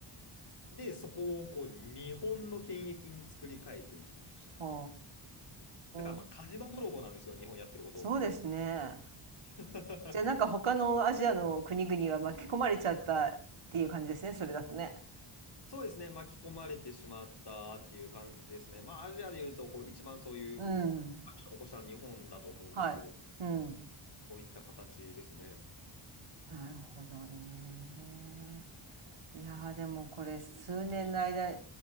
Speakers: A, on the left (about 50°); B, on the right (about 75°).
A: で、そこをこう日本の権益に作り変えていこうとした。
B: は
A: だからまあ火事場泥棒なんですよ、
B: あ、
A: 日本やってることを。
B: そうですね。
A: <laughs>
B: じゃあなんか他のアジアの国々は巻き込まれちゃったっていう感じですね、それだとね。
A: そうですね、巻き込まれてしまったっていう感じですね。まあ、アジアでいうとこう一番そういう
B: うん。
A: アクションを起こしたの日本だと思うんですけど、
B: はい。うん。
A: そういった形ですね。
B: なるほどね。いやーでもこれ数年の間、
A: はい、